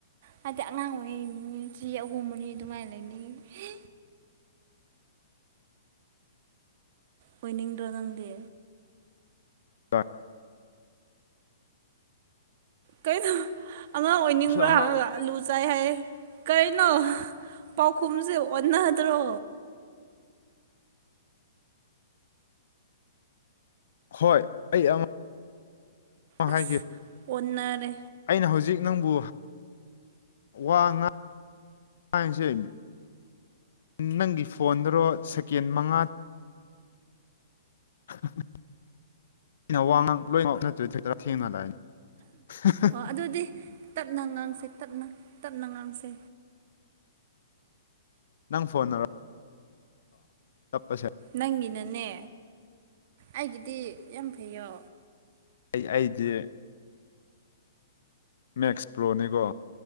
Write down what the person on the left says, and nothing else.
<unintelligible>
ꯑꯩꯁꯨ ꯑꯉꯥꯡ
ꯑꯣꯏꯅꯤꯡ
ꯍꯣꯏ ꯑꯩ ꯑ ꯃ
ꯍꯥꯏꯒꯦ꯫
ꯑꯩꯅ ꯍꯧꯖꯤꯛ ꯅꯪꯕꯨ ꯋꯥ ꯉꯥꯡ ꯉꯁꯦ ꯅꯪꯒꯤ ꯐꯣꯟꯗꯔꯣ ꯁꯦꯀꯦꯟ ꯃꯉꯥ <inaudible>
ꯅꯪ ꯐꯣꯟ ꯅꯔꯣ ꯆꯠꯄꯁꯦ꯫
ꯑꯩ ꯑꯩꯗꯤ ꯃꯦꯛꯁ ꯄ꯭ꯔꯣꯅꯤꯀꯣ